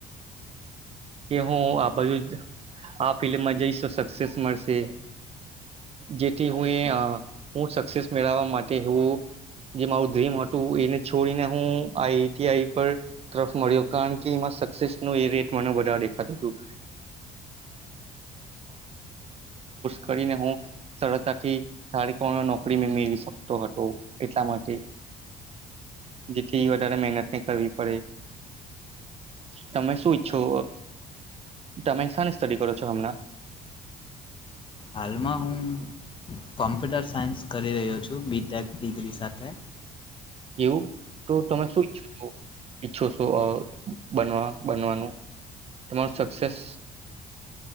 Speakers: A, on the right; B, on the left.
A: કે હું આ બાજુ આ ફિલ્િલ્મમાં જઈશ સક્સેસ મળશે જેથી હું હું સક્સેસ મેળવવા માટે હવું જે મારું ડ્રીમ હતું એને છોડીને હું આઈટીઆઈ પર તરફ મળ્યો કારણ કે એમાં સક્સેસનો એ રેટ મને વધ્યો કો કરીને હતાથી નોકરી મેળવીકતો હતો એટલા માટે જેથી વધ મનત કર પડે તમે શું ઈચછો તમે શને સ્ટાડી કરો છો હમણા
B: હાલમાં હું કોમ્પ્યુટર સાયન્સ કરી રહ્યો છું બીટેક ડિગ્રી સાથે
A: એવું તો તમે શુંઈછ ઈચ્છો છો બનવા બનવાનું તમારું સક્સેસ